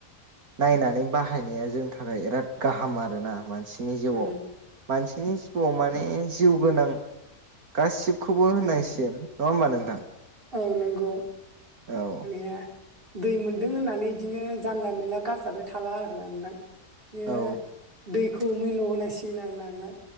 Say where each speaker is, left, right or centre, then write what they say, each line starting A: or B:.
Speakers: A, on the right; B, on the right.
A: नायनानै बाहायनाया जोंनि थाखाय बिराद गाहाम आरोना मानसिनि जिउआव
B: उम
A: मानसिनि जिउआव माने जिउ गोनां गासिबखौबो होननायसिन
B: उम
A: नङा होबमा नोंथां
B: औ नंगौ
A: औ
B: माने दै मोनदों होननानै बिदिनो जानला मोनानला गारजाबाय थाला आरो ना नोंथां बिदिनो
A: औ
B: दैखौ मैल्य होनांसिगोन आरो ना नों